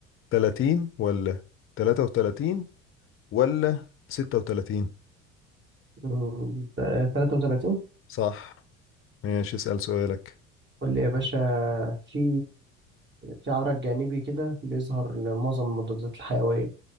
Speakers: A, on the left; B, on the right.
A: 30 ولا 33 ولا 36
B: مم، تلاتة وتلاتين
A: صح ماشي اسأل سؤالك
B: قول لي يا باشا في في عرق جانبي كده بيظهر لمعظم المضادات الحيوية